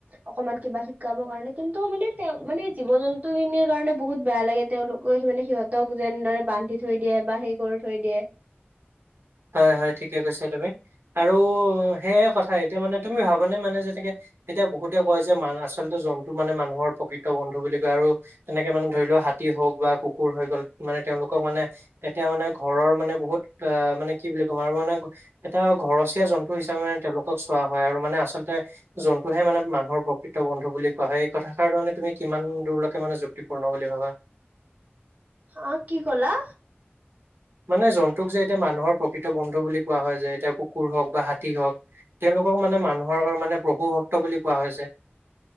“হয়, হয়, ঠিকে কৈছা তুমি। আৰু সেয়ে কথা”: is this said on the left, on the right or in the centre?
Right